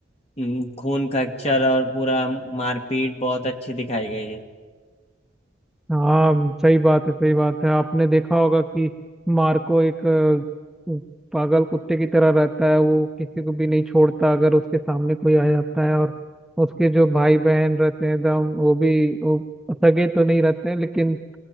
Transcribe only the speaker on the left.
अम, खून खच्चर और पूरा मारपीट बहुत अच्छी दिखाई गई है